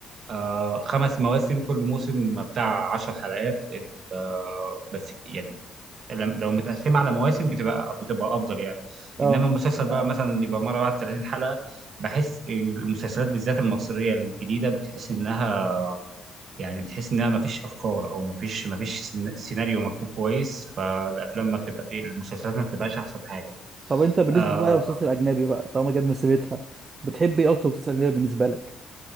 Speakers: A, on the right; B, on the right.
A: آه خمس مواسم كل موسم بتاع 10 حلقات ال- آه بس يعني لم- لو متقسمه على مواسم بتبقى بتبقى افضل يعني
B: اه
A: انما المسلسل بقى مثلا يبقى مره واحده 30 حلقه بحس المسلسلات بالذات المصريه الجديده بتحس انها يعني بتحس انها ما فيش افكار او ما فيش ما فيش سين- سيناريو مكتوب كويس فالافلام ما بتبقى المسلسلات ما بتبقاش احسن حاجه
B: طب انت بالنسبة
A: آه،
B: بقى للمسلسل الاجنبي بقى طالما جبنا سيرتها بتحب ايه اكتر مسلسل اجنبي بالنسبة لك؟